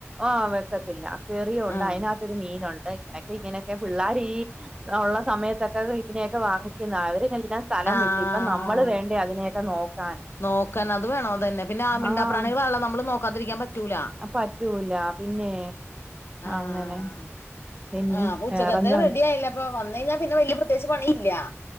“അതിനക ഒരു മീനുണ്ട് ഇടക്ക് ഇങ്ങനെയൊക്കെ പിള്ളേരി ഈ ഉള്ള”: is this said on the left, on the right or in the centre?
Right